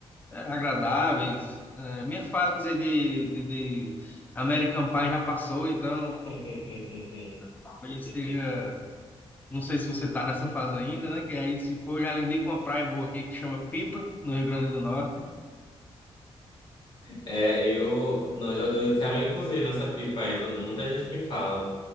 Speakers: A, on the left; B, on the left.
A: é, agradáveis. É, minha fase de, de, de American Pie já passou, então
B: <laughs>
A: talvez seja. Não sei se você está nessa fase ainda, né? Que aí, se for, já lindei com uma praia boa aqui que chama Pipa, no Rio Grande do Norte.
B: É, eu, nós, eu quero inclusive nessa pipa aí, todo- muita gente me fala.